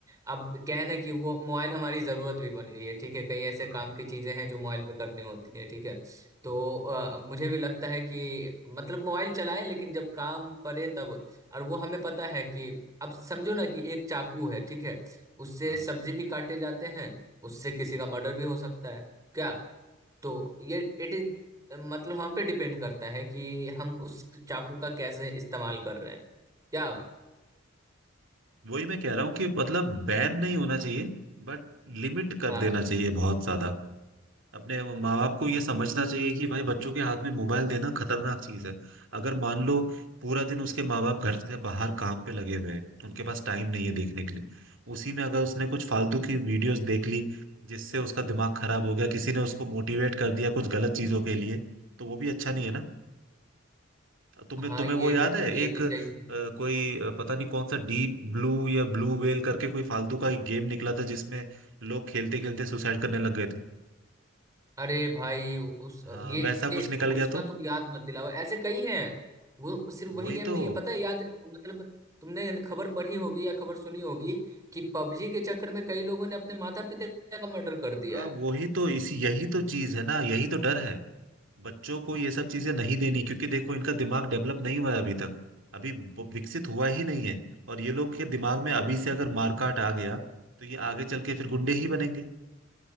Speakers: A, on the right; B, on the right.
A: अब क्या है ना कि वो मोबाइल हमारी जरूरत भी बन गई है ठीक है कई ऐसे
B: हाँ
A: काम की चीजें हैं जो मोबाइल पे करनी होती है ठीक है तो अ, मुझे भी लगता है कि मतलब मोबाइल चलाए लेकिन जब काम पड़े तब और वो हमें पता है कि अब समझो ना कि एक चाकू है ठीक है उससे
B: हाँ।
A: सब्जी भी काटे जाते हैं उससे किसी का मर्डर भी हो सकता है क्या तो ये इट इज मतलब हम पे डिपेंड करता है कि हम उस चाकू का कैसे इस्तेमाल कर रहे हैं क्या
B: वही मैं कह रहा हूँ कि मतलब बैन नहीं होना चाहिए बट लिमिट कर
A: हाँ
B: देना चाहिए बहुत ज्यादा अपने वो माँ बाप को ये समझना चाहिए कि भाई बच्चों के हाथ में मोबाइल देना खतरनाक चीज है अगर मान लो पूरा दिन उसके माँ बाप घर से बाहर काम पे लगे हुए हैं उनके पास टाइम नहीं है देखने के लिए उसी में अगर उसने कुछ फालतू की वीडियोस देख ली जिससे उसका दिमाग खराब हो गया किसी ने उसको मोटिवेट कर दिया कुछ गलत चीजों के लिए तो वो भी अच्छा नहीं है ना तुम्हें
A: हाँ
B: तुम्हें
A: ये
B: वो याद है
A: ये
B: एक
A: भी
B: अ,
A: सही है।
B: कोई अ, पता नहीं कौन सा डीप ब्लू या ब्लू वेल करके कोई फालतू का एक गेम निकला था जिसमें लोग खेलते खेलते सुसाइड करने लग गए थे
A: अरे भाई उस
B: हाँ
A: ये,
B: वैसा कुछ
A: ये
B: निकल गया
A: उसका
B: तो
A: तुम याद मत दिलाओ ऐसे कई हैं वो सिर्फ वही
B: वही
A: गेम नहीं
B: तो
A: है पता है याद मतलब तुमने खबर पढ़ी होगी या खबर सुनी होगी कि पबजी के चक्कर में कई लोगों ने अपने माता पिता का मर्डर कर दिया
B: हाँ
A: है
B: वही तो इसी यही तो चीज है ना यही तो डर है बच्चों को ये सब चीजें नहीं देनी क्योंकि देखो इनका दिमाग डेवलप नहीं हुआ है अभी तक अभी ब- विकसित हुआ ही नहीं है और ये लोग के दिमाग में अभी से अगर मारकाट आ गया तो ये आगे चल के फिर गुंडे ही बनेंगे